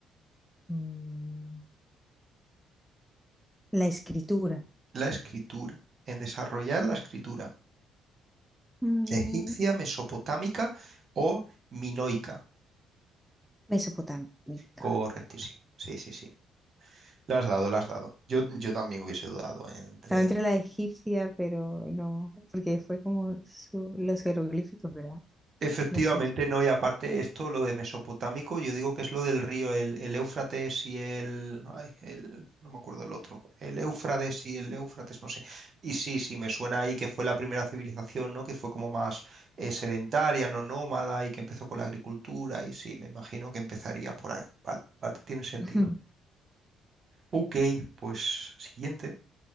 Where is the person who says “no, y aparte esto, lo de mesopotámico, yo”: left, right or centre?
Right